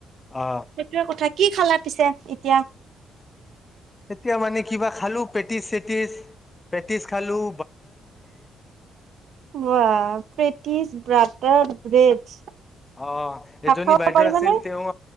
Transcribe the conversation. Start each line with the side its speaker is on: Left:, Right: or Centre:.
Left: অ
Right: সেইটোৱে কথা কি খালা পিছে এতিয়া?
Left: তেতিয়া মানে কিবা খালোঁ পেটিছ চটিছ, ‌ পেটিছ খালোঁ।
Right: ৱা! পেটিছ, ব্ৰাত টাৰ, ব্ৰেড।
Left: অ'
Right: ভাত
Left: এজনি
Right: খাব
Left: বাইদেউ
Right: পাৰিবানে
Left: আছিল তেওঁ